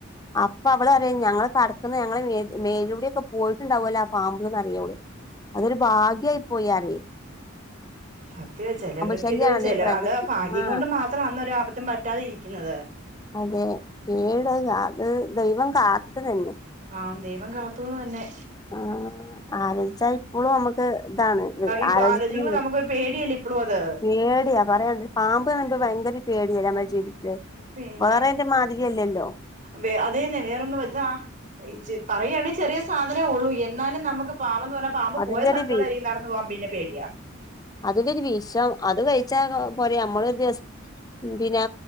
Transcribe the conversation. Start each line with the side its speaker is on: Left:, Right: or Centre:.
Left: അപ്പൊ അവള് അറിയാ ഞങ്ങള് കടക്കുന്ന ഞങ്ങളെ മേല് മേലിലൂടെ ഒക്കെ പോയിട്ടുണ്ടാവുല്ലോ ആ പാമ്പ്ന്നറിയ ഓള് അതൊരു ഭാഗ്യായി പോയി അറിയെ
Right: സത്യം ചിലവർക്ക്
Left: ശല്യാണല്ലേ
Right: ഇത് ചില
Left: ഈ പ്രകൃതി
Right: അത് ഭാഗ്യ <unintelligible>
Left: ആ
Right: കൊണ്ട് മാത്ര അന്നൊരു അബദ്ധം പറ്റാതെ ഇരിക്കുന്നത്
Left: അതെ പേട്
Right: ആ
Left: അത് ദൈവം കാത്തിട്ട് തന്നെ
Right: ആഹ് ദൈവം കാത്തത് തന്നെ
Left: ആഹ് ആലോചിച്ചാ ഇപ്പോഴും നമുക്ക് ഇതാണ്
Right: ഇപ്പൊ
Left: ആലോചിക്കണതേ
Right: ആലോചിക്കുമ്പോ നമുക്കൊരു പേടിയല്ലേ ഇപ്പളും അത്
Left: പേടിയ പറയാണ്ടോ ഒരു പാമ്പ് <unintelligible> ഭയങ്കര പേടിയല്ല നമ്മുടെ ജീവിതത്തില്
Right: പിന്നെ
Left: വേറെന്റെ മാതിരിയല്ലല്ലോ
Right: വേ അതേന്നെ വേറെന്നും ഇതാ പറയാണെ ചെറിയ സാധനേ ഉള്ളൂ എന്നാലും നമുക്ക് പാവന്ന് പറഞ്ഞ പാമ്പ്
Left: അതിന്റെ
Right: പോയ സ്ഥലത്തുകൂടെ
Left: ഒരു
Right: ഇൻക്ക് നടന്നു പോകാൻ പിന്നെ പേടിയാ
Left: അതലൊരു വിഷം അത് കഴിച്ചാ പോരെ നമ്മളൊരു ദിവസ ന്തിനാ